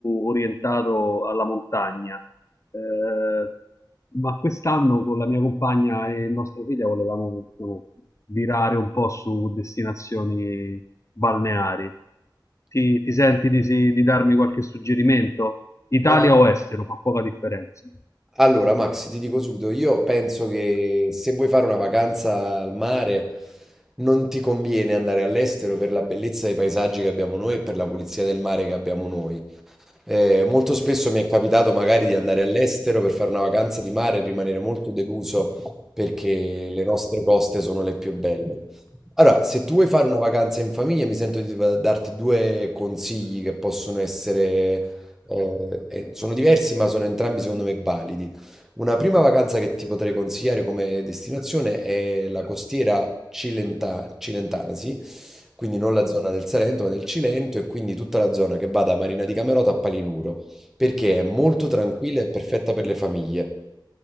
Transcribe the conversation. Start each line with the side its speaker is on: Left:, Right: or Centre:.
Left: orientato alla montagna eh, ma quest'anno con la mia compagna e nostra figlia volevamo diciamo, virare un po' su destinazioni balneari. Ti, ti senti di, sì- di darmi qualche suggerimento? Italia
Centre: Ma
Left: o estero, fa poca differenza.
Centre: allora, Max, ti dico subito, io penso che se vuoi fare una vacanza al mare non ti conviene andare all'estero per la bellezza dei paesaggi che abbiamo noi e per la pulizia del mare che abbiamo noi. Eh, molto spesso mi è capitato magari di andare all'estero per fare una vacanza di mare e rimanere molto deluso perché le nostre coste sono le più belle. Allora, se tu vuoi fare una vacanza in famiglia, mi sento di va- darti due consigli che possono essere, eh, eh, sono diversi, ma sono entrambi secondo me validi. Una prima vacanza che ti potrei consigliare come destinazione è la costiera cilenta- cilentana, sì, quindi non la zona del Salento ma del Cilento e quindi tutta la zona che va da Marina di Camerota a Palinuro, perché è molto tranquilla e perfetta per le famiglie.